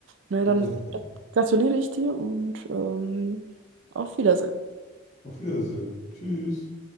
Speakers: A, on the right; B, on the left.
A: Na
B: Naja.
A: dann gratuliere ich dir und ähm, auf Wiedersehen.
B: Auf Wiedersehen. Tschüss.